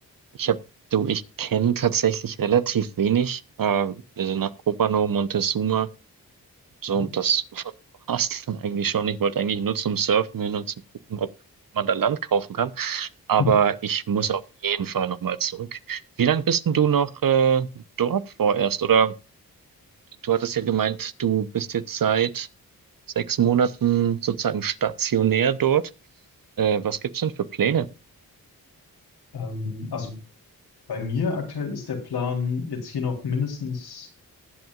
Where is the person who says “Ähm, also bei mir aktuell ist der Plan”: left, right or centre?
Left